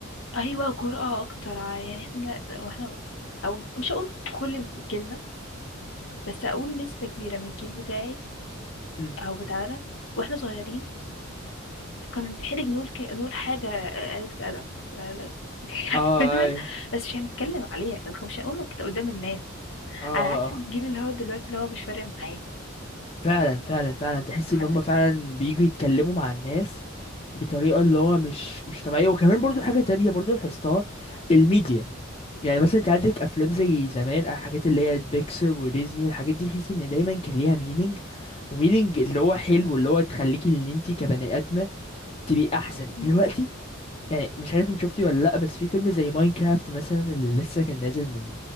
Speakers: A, on the left; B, on the left.
A: أيوه جرأة أكتر ع يعني إحنا لا- وإحنا أو مش هاقول كل جيلنا، بس هاقول نسبة كبيرة من الجيل بتاعي
B: مم.
A: أو بتاعنا وإحنا صغيرين كنت هنحرج نقول ك نقول حاجة قليلة الأدب، لا لا <laughs> عارفينها
B: اه أيوة.
A: بس مش هنتكلم عليها، لكن مش هنقولها كده قدام الناس،
B: اه اه
A: على عكس
B: آه.
A: الجيل اللي هو دلوقتي اللي هو مش فارق معاه
B: فعلا فعلا فعلا تحس
A: حرفيًا
B: إن هم فعلا بييجوا يتكلموا مع الناس بطريقة اللي هو مش مش طبيعية وكمان برضو حاجة تانية برضو لاحظتها الميديا يعني مثلا انت عندك افلام زي زمان او حاجات اللي هي بيكسر وديزني الحاجات دي تحس ان دايما كان ليها مينينج ومينينج اللي هو حلو اللي هو تخليك ان انت كبني ادمه تبقي احسن
A: إمم،
B: دلوقتي يعني مش عارف انت شفتي ولا لأ بس في فيلم زي ماينكرافت مثلا اللي لسه كان نازل من